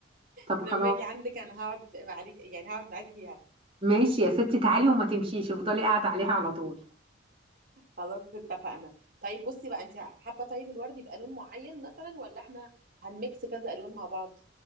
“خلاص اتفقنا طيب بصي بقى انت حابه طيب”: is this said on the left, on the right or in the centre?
Right